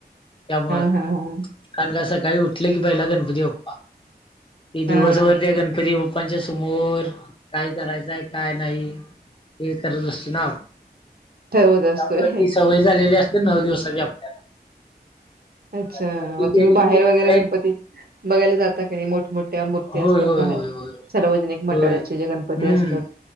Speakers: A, on the left; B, on the right.
A: त्यामुळं,
B: हा हा हा
A: कारण का सकाळी उठले की पहिला गणपती बाप्पा. ही दिवसभर
B: हा
A: त्या गणपती बप्पांच्या समोर, काय करायचंय काय नाही हे करत असतो ना.
B: ठरवत असतोय
A: त्यामुळ ती सवय झालेली नऊ दिवसाची आपल्याला.
B: अच्छा,
A: मग ती
B: म
A: गेले
B: तुम्ही बाहेर
A: की ते दुसऱ्या
B: वगैरे गणपती बघायला जाता का नाही? मोठमोठ्या मूर्ती
A: होय
B: अस बाहेर.
A: होय होय होय
B: सार्वजनिक मंडळाचे
A: होय
B: जे गणपती
A: हम्म
B: असतात.